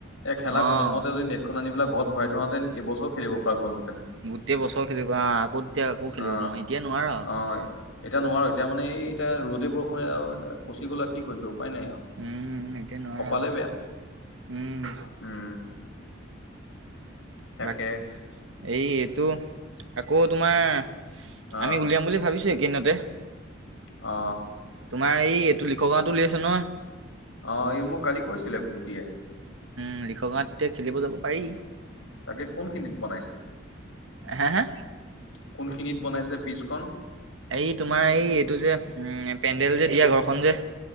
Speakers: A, on the left (about 85°); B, on the right (about 70°).
A: এই খেলা
B: অ
A: খতম হতে যদি সেইখন আনিবিলাই ঘৰত ভৰাই থোৱাহেঁতেন বছৰ খেলিব পৰা হ'লহেতেন।
B: গোটেই বছৰ খেলিব আহ আকৌ তেতিয়া আকৌ
A: অ
B: খেলিব মই এতিয় নোৱাৰ।
A: অ এতিয়া নোৱাৰো এতিয়া মানে এই এতিয়া ৰ'দে বৰষুণে আৰু পচি গ'লা কি কৰিব উপায় নাই আৰু।
B: উম, এতিয়া নোৱাৰা
A: কপালে বেয়া
B: উম।
A: উম তাকে
B: বাক এই এইটো আকৌ তোমাৰ-
A: অ
B: আমি উলিয়াম বুলি ভাবিছো একেকেইদিনতে।
A: অ,
B: তোমাৰ এই এইটো লিখোগাওটো উলিয়াই আছে ন।
A: অ', এই মোক কালি কৈছিলে গুটীয়ে।
B: উম', লিখোগাও এতিয়া খেলিব যাব পাৰি।
A: তাকে কোনখিনিত বনাইছে?
B: হা, হা?
A: কোনখিনিত বনাইছে পিচখন?
B: এই তোমাৰ এই এইটো যে উম, পেণ্ডেল যে দিয়া ঘৰখন যে-